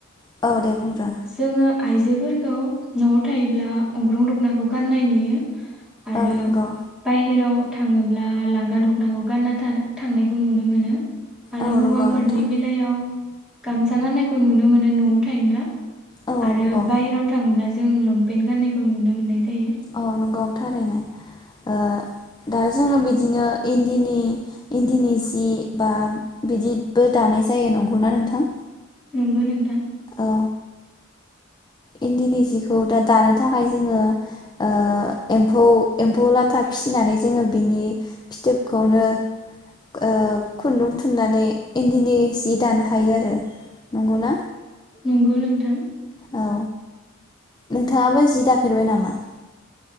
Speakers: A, on the left; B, in the centre.
A: औ। दे बुंग्रो
B: जोङो आइजोफोरखौ नआव थायोब्ला अग्रं दखनाखौ गाननाय नुयो। आरो
A: औ नंगौ
B: बाहेराव थांङोब्ला लांगा दखनाखौ गानना थां-थांनायखौ नुनो मोनो। आरो
A: औ
B: हौवाफोरनि
A: नंगौ नोंथां
B: बेलायाव गामसा गानायखौ नुनो मोनो न'आव थायोब्ला।
A: औ
B: आरो
A: नंगौ
B: बाहेराव थांङोब्ला जों लंपेन्ट गाननायखौ नुनो मोननाय जायो
A: औ नंगौ थारैनो ओ दा जोंङो बिदिनो इन्दिनि-इन्दिनि जि बा बिदिबो दानाय जायो नंगौना नोंथां।
B: नंगौ नोंथां
A: औ इन्दिनि जिखौ दा दानो थाखाय जोंङो ओ एम्फौ-एम्फौ लाथा फिसिनानै जोंङो बिनि फिथोबखौनो ओ खुन्दुं थुननानै इन्दिनि जि दानो हायो आरो नंगौना
B: नंगौ नों थां
A: औ नोंथांङाबो जि दाफेरबाय नामा।